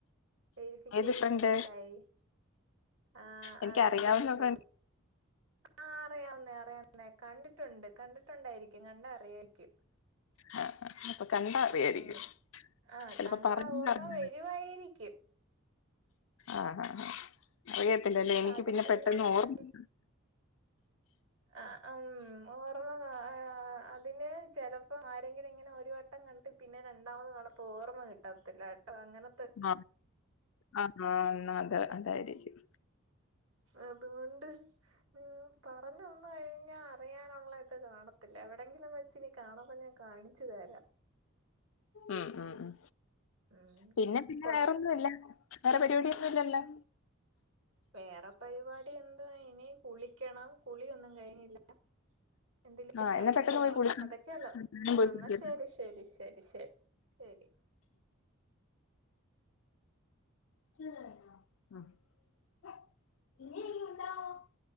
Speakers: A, on the right; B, on the left.
A: വെരിഫിക്കേഷനൊക്കെ
B: ഏത് ഫ്രണ്ട്
A: കഴി ആ
B: എനിക്കറിയാവുന്ന
A: അതെന്റെ ഒരു ബ്രദ
B: ഫ്രണ്ട്
A: ആ അറിയാവുന്നയാ അറിയാന്നേ കണ്ടിട്ടുണ്ട് കണ്ടിട്ടുണ്ടായിരിക്കും കണ്ടാ അറിയാരിക്കും
B: ആ അപ്പൊ കണ്ടാ അറിയാരിക്കും
A: ഉം ആഹ്
B: ചെലപ്പോ
A: കണ്ടാ
B: പറഞ്ഞാ
A: ഓർമ്മ
B: പറഞ
A: വരുവായിരിക്കും
B: ആഹ് ഹാ ഹാ അറിയത്തില്ലാല്ലേ
A: അങ്ങനെ
B: എനിക്ക്
A: സാധാരണ
B: പിന്നെ പെട്ടെന്ന്
A: അങ്ങനെ
B: ഓർമ്മ
A: ആ അം ഓർമ്മ കാ പിന്നെ ചെലപ്പം ആരെങ്കിലും ഇങ്ങനെ ഒരുവട്ടം കണ്ടു പിന്നെ രണ്ടാമതുകണ്ടപ്പോ ഓർമ്മ കിട്ടത്തില്ലാട്ടോ അങ്ങനെ
B: മ മർന്നോണത് അതായിരിക്കും
A: അതുകൊണ്ട് നിങ്ങള് പറഞ്ഞൊന്നു കഴിഞ്ഞാ അറിയാനുള്ള ഇത് കാണത്തില്ലാ എവിടെങ്കിലും വെച്ചിനി കാണുമ്പോ ഞാൻ കാണിച്ചു തരാം
B: ഉം ഉം ഉം
A: ഉം
B: പിന്നെ പിന്നെ
A: കൊ
B: വേറൊന്നുവില്ലാ വേറെ പരിപാടിയൊന്നും ഇല്ലല്ലോ
A: വേറെ പരിപാടി എന്തുവാ ഇനി കുളിക്കണം കുളിയൊന്നും കഴിഞ്ഞില്ലാ എന്തേലും
B: ആഹ്
A: കഴിക്കണം
B: എന്നാ പെട്ടെന്ന് പോയി കുളിക്ക്
A: അതൊക്കെയുള്ളു ആ
B: പോയി
A: എന്നാ
B: കുളിക്കട്ടെ
A: ശെരി ശെരി ശെരി ശെരി ശെരി
B: <unintelligible>